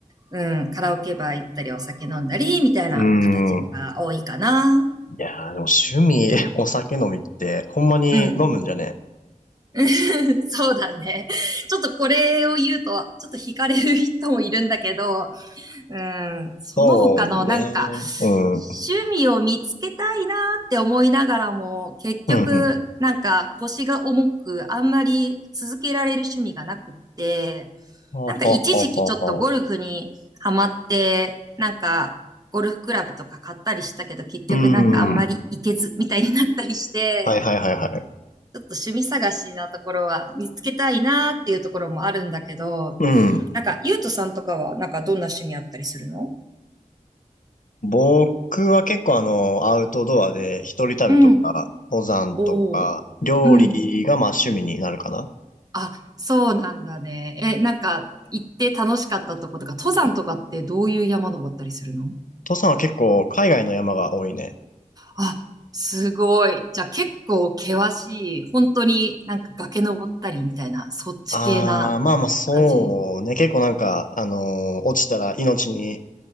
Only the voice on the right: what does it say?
うん、カラオケバー行ったりお酒飲んだりみたいな形が多いかな。
うん。<laughs> そうだね。ちょっとこれを言うと、ちょっと惹かれる人もいるんだけど、うん、その他のなんか、
趣味を見つけたいなーって思いながらも、結局、
なんか腰が重く、あんまり続けられる趣味がなくって、
なんか一時期ちょっとゴルフにハマって、なんかゴルフクラブとか買ったりしたけど、結局なんかあんまり行けずみたいになったりして、
ちょっと趣味探しなところは見つけたいなーっていうところもあるんだけど、
なんか、ゆうとさんとかは、なんかどんな趣味あったりするの
うん、
おー。
うん。あ、そうなんだね。え、なんか、行って楽しかったとことか、登山とかってどういう山登ったりするの
あ、すごい。じゃあ結構険しい、本当になんか崖登ったりみたいな、そっち系な感じ